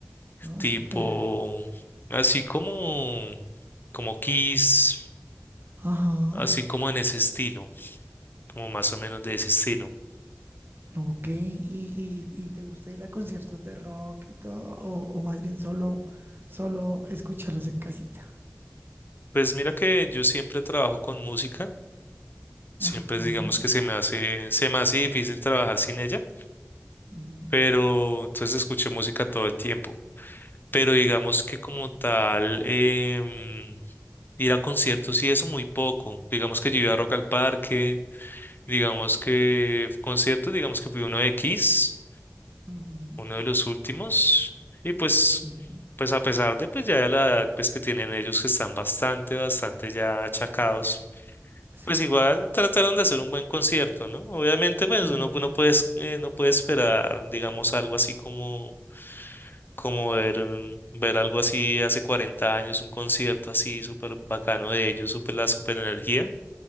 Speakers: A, on the right; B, on the left.
A: no,
B: tipo
A: súper.
B: así como, como Kiss,
A: Ajá,
B: así como en ese estilo, como más o menos de ese estilo.
A: ok. ¿Y, y, y te gusta ir a conciertos de rock y todo? ¿O, o más bien solo, solo escucharlos en casita?
B: Pues mira que yo siempre trabajo con música. Siempre
A: Ajá,
B: digamos que se me hace, se me hace difícil trabajar sin ella,
A: ujú,
B: pero entonces escuché música todo el tiempo. Pero digamos que como tal, em, ir a conciertos y eso muy poco. Digamos que yo iba a Rock al Parque, digamos que conciertos, digamos que fui uno de Kiss,
A: ujú,
B: uno de los últimos, y pues,
A: Sí,
B: pues a pesar de pues ya de la edad pues que tienen ellos que están bastante, bastante ya achacados.
A: sí,
B: Pues igual trataron de hacer un buen concierto, ¿no? Obviamente, pues
A: sí,
B: uno no puede, eh, no puede esperar, digamos, algo así como, como ver, mm, ver algo así hace 40 años, un concierto así súper bacano de ellos, súper la súper energía.